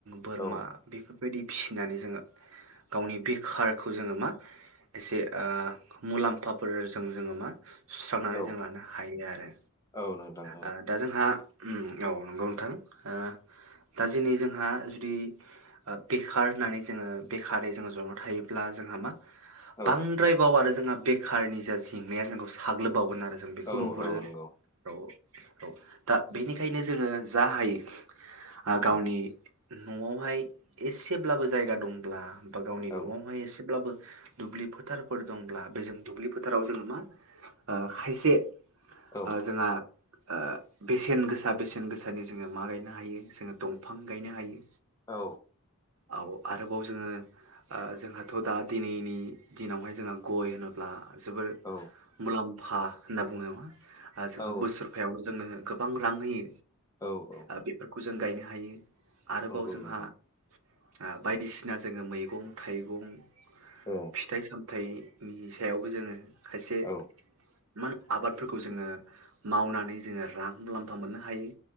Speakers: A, on the right; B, on the left.
A: बोरमा
B: औ
A: बेफोर बेबायदि फिसिनानै जोङो गावनि बेखारखौ जोङो मा एसे ओ मुलाम्फाफोरजों जोङो मा? सुस्रांनानै
B: औ
A: जों लानो हायो आरो।
B: औ नोंथां
A: ओ
B: औ
A: दा जोंहा उम औ नंगौ नोंथां ओ दा दिनै जोंहा जुदि बेखार होननानै जोङो बेखारै जोङो ज'नानै थायोब्ला जोंहा मा?
B: औ
A: बांद्राय बाव आरो जोंना बेखारनि जा जेंनाया जोंखौ साग्लोब बावगोन आरो जों बेखौ
B: औ
A: नुहुरो
B: औ नंगौ
A: औ औ। दा बेनिखायनो जोङो जा हायो आ गावनि
B: औ
A: न'आवहाय एसेब्लाबो जायगा दंब्ला बा गावनि
B: औ
A: न'आवहाय एसेब्लाबो दुब्लि फोथारफोर दंब्ला बे जों दुब्लि फोथाराव जोङो मा? ओ खायसे
B: औ
A: ओ जोंहा ओ बेसेन गोसा बेसेन गोसानि जोङो मा गायनो हायो? जोङो दंफां गायनो हायो।
B: औ।
A: औ आरोबाव जोङो ओ जोंहाथ' दा दिनैनि दिनावहाय जोंहा गय होनोब्ला जोबोर
B: औ
A: मुलाम फा होनना बुङो नङा ओ जोङो
B: औ
A: बोसोरफायावनो जोंनो गोबां रां होयो।
B: औ औ
A: आ बेफोरखौ खौ जों गायनो हायो। आरोबाव
B: नंगौ
A: जोंहा
B: नोंथां
A: आ बायदिसिना जोङो मैगं थाइगं
B: औ
A: फिथाइ साम थाइनि सायावबो जोङो खायसे
B: औ
A: मान आबादफोरखौ जोङो मावनानै जोङो रां मुलाम्फा मोननो हायो।